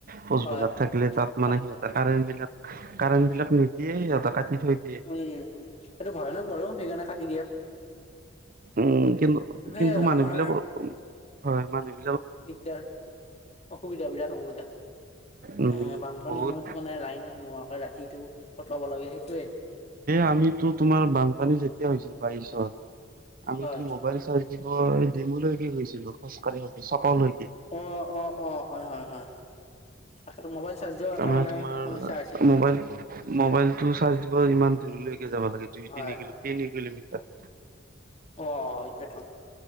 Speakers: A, on the right; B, on the left.
A: পোচবেলাত
B: হয়
A: থাকিলে তাত মানে
B: কাটি
A: সিহঁত
B: দিয়ে
A: কাৰেন্ট বিলাক কাৰেণ্ট বিলাক নিদিয়ে সিহঁত কাটি থৈ দিয়ে
B: উম এইটো ভয়ানক বাৰু সেইকাৰণে কাটি দি
A: উম কিন্তু
B: সেই
A: কিন্তু মানুহ
B: আমাৰ
A: বিলাকৰ হয় মানুহাক
B: দিগদাৰ অসুবিধা বিৰাট অসুবিধা এ
A: উম,
B: বানপানীৰ
A: বহুত
B: সময়তো মানে লাইন নোহোৱাকে ৰাতিটো কটোৱাব লাগে সেইটোয়ে
A: আমো তোমাৰ বানপানী যেতিয়া হৈ বাৰত আম
B: হয়
A: ম ম ডেমুলৈকে গৈছিলো খোজকাঢ়ি গ চ
B: অ', অ' হয়, হয়, হয়, তাকেতো মোবাইল চাৰ্জ দিয়াও এটা
A: তাৰমানে
B: মানে
A: তোমাৰ
B: সমস্যা আছিল কিন্তু
A: মোবাইল মোবাইলতটো চাৰ্জ দিব ইমান দূৰলৈকে যাব লাগে দুই
B: হয়
A: তিনি ক তিনি কিলোমিটাৰ
B: অ', এইটোতো